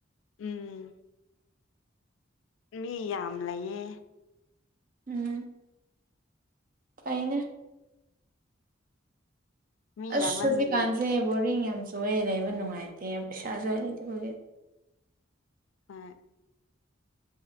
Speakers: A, on the left; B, on the right.
A: ꯎꯝ ꯃꯤ ꯌꯥꯝ ꯂꯩꯌꯦ
B: ꯎꯝ ꯐꯩꯅ‌ꯦ
A: ꯃꯤ
B: ꯑꯁ
A: ꯌꯥꯝꯃꯟꯕꯒꯤ
B: ꯍꯧꯖꯤꯛꯀꯥꯟꯁꯦ ꯕꯣꯔꯤꯡ ꯌꯥꯝ ꯆꯨꯑꯦ ꯂꯩꯕ ꯅꯨꯡꯉꯥꯏꯇꯦ ꯄꯩꯁꯥꯁꯨ ꯂꯩꯇꯕꯥ ꯍꯧꯖꯤꯛ
A: ꯍꫭꯏ